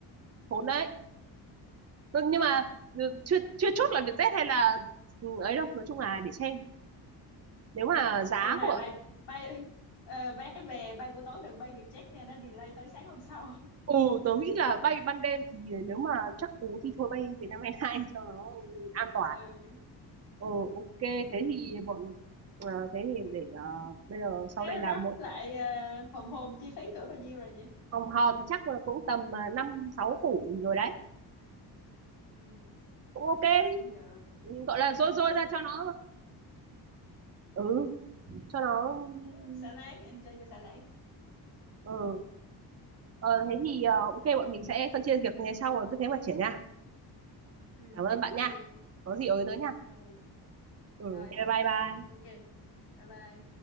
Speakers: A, on the right (about 35°); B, on the left (about 65°).
A: khốn đấy Ừ,
B: ừ.
A: nhưng mà ừ, chưa chưa chốt là Vietjet hay là ừ, ấy đâu nói chung là để xem nếu mà
B: Ừ.
A: giá
B: nhưng mà
A: của
B: bay bay <laughs> ờ, vé về bay buổi tối đừng bay Vietjet nha nó delay tới sáng hôm sau
A: ừ tớ nghĩ là bay ban đêm thì nếu mà chắc cú thì thôi bay Vietnam Airlines cho nó an toàn
B: <laughs> ừ.
A: ừ ok thế
B: Ừ.
A: thì bọn ờ, thế thì để ờ, bây giờ sau
B: thế
A: đây là
B: rắp
A: một
B: lại ờ, hòm hòm chi phí cỡ bao nhiêu rồi nhỉ
A: hòm hòm chắc là cũng tầm ờ, năm sáu củ rồi đấy
B: ừ.
A: cũng ok đi
B: cũng được
A: Mình gọi là rôi
B: ok
A: rôi ra cho nó ừ cho nó
B: Đó,
A: ừ,
B: xả láng ăn chơi cho xả láng
A: ừ. Ờ thế thì ờ, ok bọn mình sẽ phân chia việc như thế xong rồi cứ thế mà triển nha.
B: ừ
A: Cảm ơn bạn
B: ok
A: nha. Có gì ới tới nha.
B: ừ
A: Ừ,
B: rồi
A: ok, bye bye.
B: ok bye bye